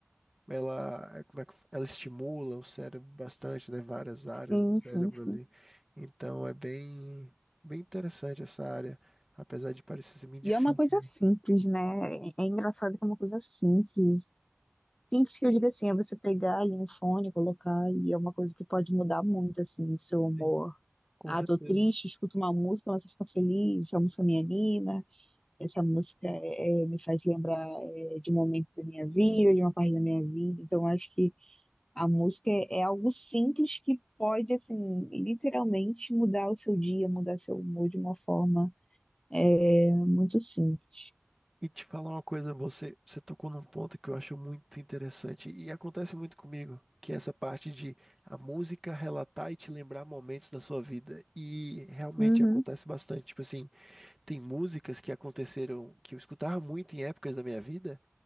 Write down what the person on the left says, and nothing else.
sim,
sim,
sim.
E
é uma coisa
simples, né? É é engraçado que é uma coisa simples. Simples que eu digo assim, é você pegar ali um fone, colocar, e é uma coisa que pode mudar muito, assim, o seu humor.
Ah,
tô triste, escuto uma música, mas eu fico feliz, essa música me anima, essa música eh, me faz lembrar eh, de um momento da minha vida, de uma parte da minha vida. Então, acho que A música é, é algo simples que pode, assim, literalmente mudar o seu dia, mudar seu humor de uma forma é, muito simples.
Uhum.